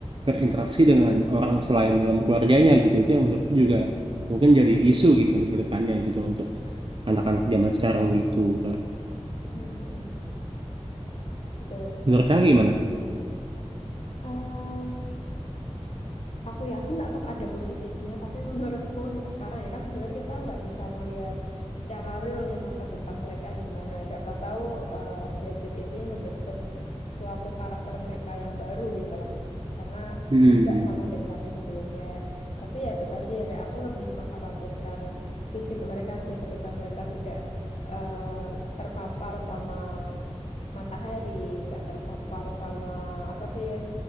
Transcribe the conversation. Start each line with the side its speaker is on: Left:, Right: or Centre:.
Right: berinteraksi dengan orang selain dalam keluarganya gitu itu yang menurutku juga mungkin jadi isu gitu kan di kedepannya gitu untuk anak-anak zaman sekarang gitu kak
Left: Mm-mm. Betul.
Right: menurut kak gimana?
Left: Eh, aku yakin tetap ada positifnya, tapi <laughs> menurutku untuk sekarang ya kan sebenarnya kita nggak bisa ngelihat secara real nih masa depan mereka gimana. Siapa tahu eh, gadget ini ngebentuk suatu karakter mereka yang baru gitu lah. Karena
Right: Hmm.
Left: beda sama generasi sebelumnya ya. Tapi ya itu tadi ya kayak aku lebih mengkhawatirkan fisik mereka sih ketika mereka tidak eh, terpapar sama matahari, nggak terpapar sama apa sih ya.